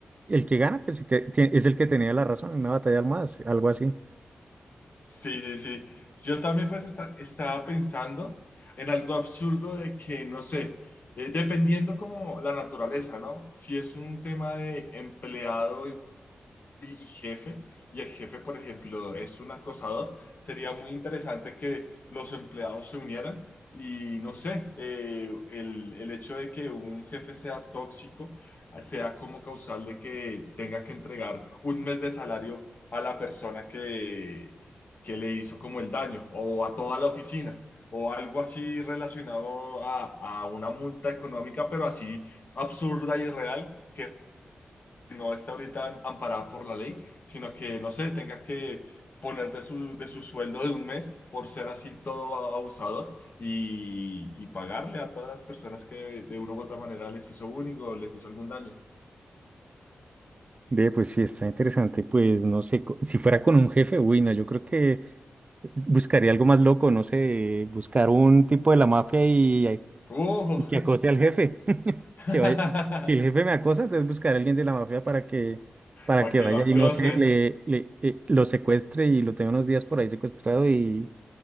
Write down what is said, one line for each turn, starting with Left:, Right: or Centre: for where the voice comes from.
Right: el que gana pues se que- tie- es el que tenía la razón, una batalla de almohadas, algo así.
Left: sí, sí, sí. Yo también pues esta- estaba pensando en algo absurdo de que, no sé, eh, dependiendo como la naturaleza, ¿no? Si es un tema de empleado y jefe, y el jefe, por ejemplo, es un acosador, sería muy interesante que los empleados se unieran y no sé, eh, el, el hecho de que un jefe sea tóxico ah, sea como causal de que tenga que entregar un mes de salario a la persona que, que le hizo como el daño o a toda la oficina. o algo así relacionado a, a una multa económica, pero así absurda y real que no esté ahorita amparada por la ley, sino que, no sé, tenga que poner de su, de su sueldo de un mes por ser así todo abusador y, y pagarle a todas las personas que de una u otra manera les hizo bullying o les hizo algún daño.
Right: Ve, pues sí, está interesante, pues no sé, co- si fuera con un jefe, uy, no, yo creo que buscaría algo más loco, no sé, buscar un tipo de la mafia Y
Left: ¡Uh!
Right: que acose al jefe. <laughs>
Left: <laughs>
Right: Que vaya. Si el jefe me acosa, entonces buscaré a alguien de la mafia para que, para
Left: Para
Right: que
Left: que
Right: vaya
Left: lo acose.
Right: y no sé, le, le- eh, lo secuestre y lo tenga unos días por ahí secuestrado y,